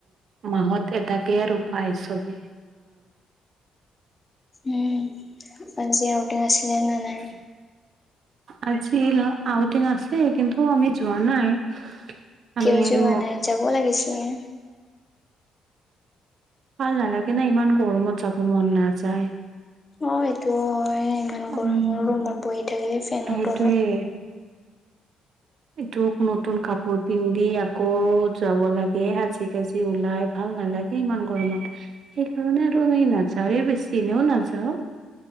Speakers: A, on the right; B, on the left.
A: মাহত এটাকে আৰু পাই ছবে।
B: উম, আজি আউটিং আছিলে নে নাই
A: <inaudible> আজি ল আউটিন আছে কিন্তু, আমি যোৱা নাই। আমি
B: কিয় যোৱা
A: আৰু
B: নাই? যাব লাগিছিলে।
A: ভাল নালাগে না ইমান গৰমত যাব মন নাযায়।
B: অ, এইটো হয় ইমান
A: উম,
B: গৰম আৰু ৰুমত বহি থাকিলে ফেনৰ
A: সেইটোয়ে
B: তলত।
A: এইটোক নতুন কাপোৰ পিন্ধি আকৌ যাব লাগে সাজি কাচি ওলাই ভাল নালাগে। ইমান গৰমত সেইকাৰণে আৰু আমি নাযাওে বেছি ইনেও নাযাও।